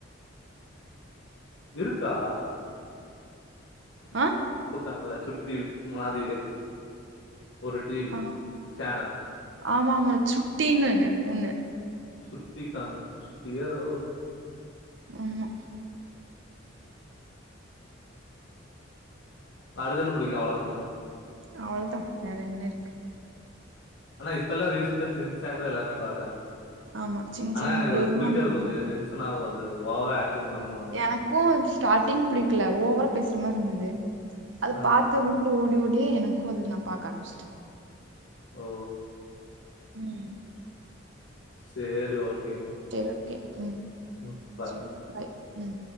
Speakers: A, on the left; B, on the right.
A: இருக்கா
B: ஆ
A: கூட்டாங்கல்ல சுட்டி டிவி மாதிரியே ஒரு டிவி
B: ஆ
A: சேனல்.
B: ஆமா ஆமா சுட்டினு ஒண்ணு
A: சுட்டி ஒன்னு சுட்டிய்யா <unintelligible>
B: ஆமா
A: வருதுன்னு புடிக்கும் அவ்ளோதானா
B: அவ்ளோதா வேற என்ன இருக்கு
A: ஆனா இப்பல்லாம் ரீசண்டா சின்சாங்லாம் எல்லாருமே பாக்குறாங்க
B: ஆமா சின்சேன்
A: ஆனா எனக்கு அது
B: டோரிமான்
A: பிடிக்காது
B: புடிக்கு
A: கொஞ்சம் டென்ஸ் ஒண்ணு ஆவாது ஓவரா திங்க் பண்ணுவாங்க
B: எனக்கும் ஸ்டார்ட்டிங் பிடிக்கல ஓவரா பேசுற மாரி இருந்தது அது
A: ஆ.
B: பாத்து இல் ஓடி ஓடியே எனக்கும் அது நான் பாக்க ஆரம்பிச்சிட்டேன்
A: ஓ
B: ம்
A: சேரி ஓகேங்க
B: சேரி ஓகே ம்
A: ம். பாய்.
B: செரி பாய் ம்